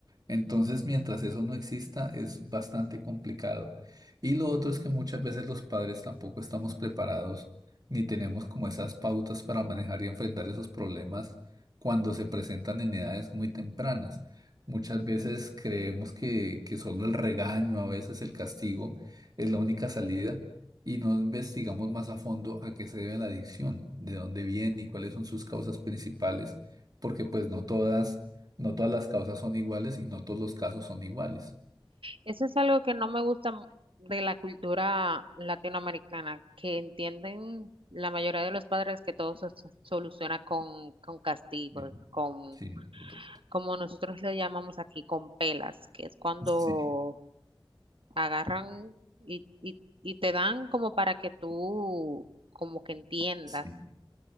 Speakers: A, on the right; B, on the right.
A: Entonces, mientras eso no exista, es bastante complicado. Y lo otro es que muchas veces los padres tampoco estamos preparados ni tenemos como esas pautas para manejar y enfrentar esos problemas cuando se presentan en edades muy tempranas. Muchas veces creemos que, que solo el regaño, a veces el castigo, es la única salida y no investigamos más a fondo a qué se debe la adicción, de dónde viene y cuáles son sus causas principales, porque pues no todas, no todas las causas son iguales y no todos los casos son iguales.
B: Eso es algo que no me gusta m- de la cultura latinoamericana, que entienden la mayoría de los padres que todo se se soluciona con, con castigos,
A: Sí,
B: con,
A: sí, correcto.
B: como nosotros le llamamos aquí, con pelas, que es cuando
A: Sí,
B: agarran y, y, y te dan como para que tú como que entiendas.
A: sí.